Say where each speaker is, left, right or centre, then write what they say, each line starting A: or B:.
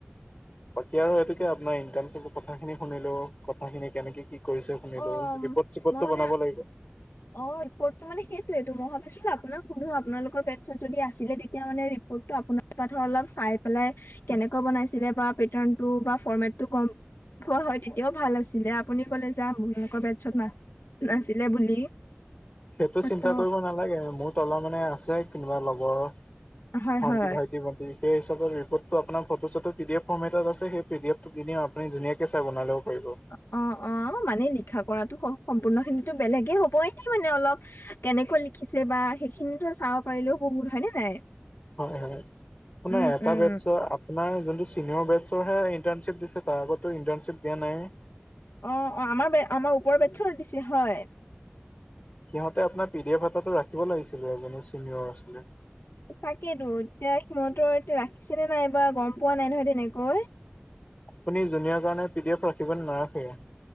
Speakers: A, on the left (about 30°); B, on the left (about 65°).
A: বাকী আৰু এইটোকে আপোনাৰ ইন্টাৰ্নশ্বিপৰপৰ কথাখিনি শুনিলোঁ, কথাখিনি কেনেকে কি কৰিছে শুনিলোঁ,
B: অ মই
A: ৰিপৰ্ট চিপৰ্টটো
B: মানে
A: বনাব লাগিব।
B: অ', ৰিপৰ্টটো মানে সেইটোয়েইটো মই ভাবিছিলোঁ, আপোনাক সুধোঁ, আপোনালোকৰ ৱেটছত যদি আছিলে তেতিয়া মানে ৰি পৰ্টটো, আপোনাৰ পৰা ধৰ অলপ চাই পেলাই কেনেকে বনাই ছিলে বা পেৰ্টানটো বা ফৰ্মেটটো ক কোৱা হয়, তেতিয়াও ভাল আছিলে আপুনি কলে যাম, আপোনালোকৰ বেটছত না নাছিলে বুলি।
A: সেইটো চিন্তা
B: ত
A: কৰিব নালাগে, মোৰ তলৰ মানে আছে কোনোবা লগৰ
B: হয়
A: ভণ্টি
B: হয়
A: ভাই সেই হিচাপে ৰিপৰ্টটো আপোনাৰ ফটো চতটো পি ডি এফ ফৰ্ম এটত আ সেই পি এফটো দিওঁ আপুনি ধুনীয়াকে চাই বনাই ল'ব পাৰিব।
B: অ', অ', আমাৰ মানে লিখা কৰাটো স সম্পূৰ্ণখিনিটো বেলেগে হ'ব, এনেই মানে অলপ কেনেকৈ লিখিছে বা সেইখিনি ধৰা চাব পাৰিলেও বহুত হয় নে নাই?
A: হয়, হয়, আপোনাৰ
B: উম
A: এটা
B: উম
A: বেটছৰ আপোনাৰ যোনটো চিনিয়ৰ বেটছৰহে ইণ্টাৰ্শ্বিপ দিছে, তাৰ আগততো ইটাৰ্ণশ্বিপ দিয়া নাই।
B: অ', অ', আমাৰ বে আমাৰ ওপৰৰ বেটচৰ দিছে, হয়।
A: সিহঁতে আপোনাৰ পি ডি এফ এটাতো ৰাখিব লাগিছিলে, এজনী চিনিয়ৰ আছিলে।
B: তাকেইতো, এতিয়া সিহঁতৰ এতিয়া ৰাখিছেনে নাইবা গ'ম পোৱা নাই নহয় তেনেকৈ।
A: তুমি জুনিয়ৰ কাৰণে পি ডি এফ ৰাখিব নে নোৱোৰা চাগে।